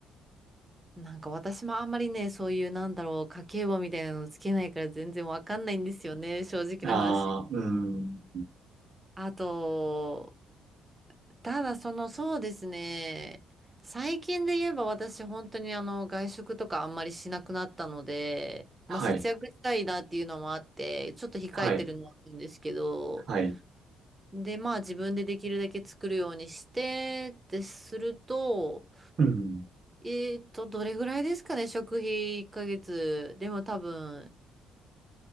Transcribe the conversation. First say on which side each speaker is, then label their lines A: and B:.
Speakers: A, on the right (about 20°); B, on the right (about 55°).
A: なんか私もあんまりね、そういうなんだろう、家計簿みたいなのつけないから全然わかんないんですよね、正直な話。
B: ああ、うん。
A: あと、ただその、そうですね、最近で言えば私本当にあの、外食とかあんまりしなくなったので、
B: はい、
A: まあ節約したいなっていうのもあって、ちょっと控えてるのはあるんですけど、
B: はい、はい。
A: で、まあ自分でできるだけ作るようにして、ってすると、
B: うん。
A: えーっと、どれぐらいですかね、食費1ヶ月。でも多分、